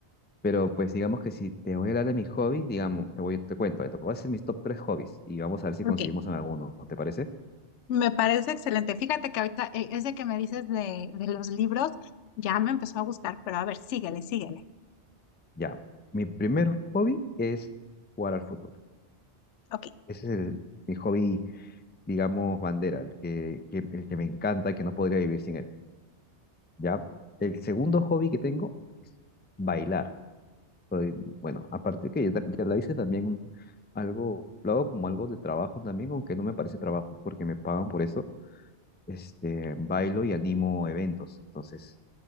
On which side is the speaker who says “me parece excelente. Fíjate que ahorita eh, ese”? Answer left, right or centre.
Left